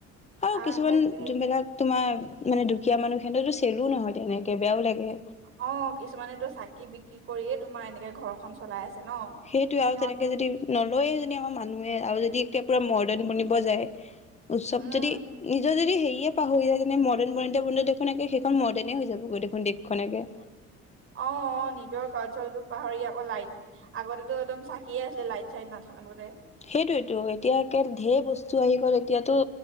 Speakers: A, on the left (about 20°); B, on the right (about 45°).
A: আৰু
B: আহ
A: কিছুমান
B: তাকে
A: যোনবিলাক তোমাৰ। মানে দুখীয়া মানুহেতো চেলো নহয় তেনেকে বেয়াও লাগে।
B: অ কিছুমানেটো চাকি বিকি- কি কৰিয়ে তোমাৰ এনেকে ঘৰখন চলাই আছে। ন
A: সেইটোয়ে
B: সিহঁত
A: আৰু তেনেকে যদি নলয়ে যদি আমাৰ মানুহে আৰু যদি <unintelligible> পুৰা মৰ্ডাণ বনিব যায়। সব
B: উম
A: যদি নিজৰ যদি হেৰিয়ে পাহৰি যায় যেনে মডাৰ্ণ বনোতে বনোতে দেখোন একে সেইখন মৰ্ডাণে হৈ যাব গৈ দেখোন দেশখন একে
B: অ', অ', নিজৰ কালচাৰেলটো পাহৰি আকৌ লাইট, আগতেতো একদম চাকিয়ে আছিলে লাইট-চাইট নাথাকোতে।
A: সেইটোয়েতো, এতিয়া একে ধেৰ বস্তু আহি গ'ল। এতিয়াতো